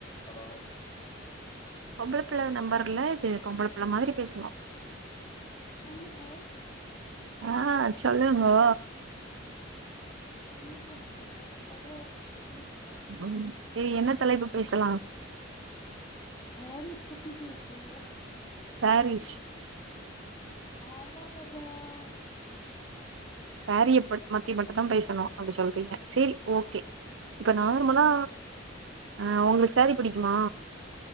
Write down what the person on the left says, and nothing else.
ஹலோ
சொல்லுங்க
உளுந்தவட வட சொல்லுங்க
சாரீஸ் பத்தி பேஸ்வோ
ஆமா மடம்